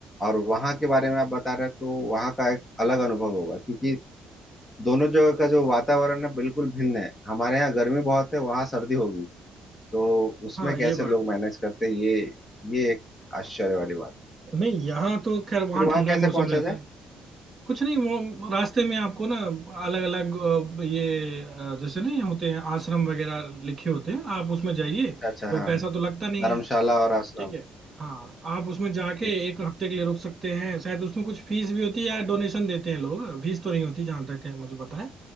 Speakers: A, on the left; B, on the right.
A: और वहाँ के बारे में आप बता रहे हैं तो वहाँ का एक अलग अनुभव होगा क्योंकि दोनों जगह का जो वातावरण है बिल्कुल भिन्न है हमारे यहाँ गर्मी बहुत है वहाँ सर्दी होगी तो उसमें
B: हाँ
A: कैसे
B: ये बात
A: लोग
B: भी
A: मैनेज करते हैं, ये ये एक आश्चर्य वाली बात
B: नहीं यहाँ तो खैर वहाँ
A: फिर वहां
B: ठंडा
A: कैसे
B: मौसम
A: पहुंचा
B: रहता
A: जाए
B: है कुछ नहीं वो रास्ते में आपको ना अलग अलग ये अ, जैसे नहीं होते हैं आश्रम वगैरह लिखे होते हैं आप उसमें जाइए
A: अच्छा अच्छा
B: कोई
A: हाँ
B: पैसा
A: हाँ
B: तो लगता नहीं
A: धर्मशाला
B: है
A: और आश्रम
B: ठीक है हाँ आप उसमें जाके
A: ठीक
B: एक हफ्ते के लिए रुक सकते हैं शायद उसमें कुछ फीस भी होती है या डोनेशन देते हैं लोग फीस तो नहीं होती जहाँ तक है मुझे पता है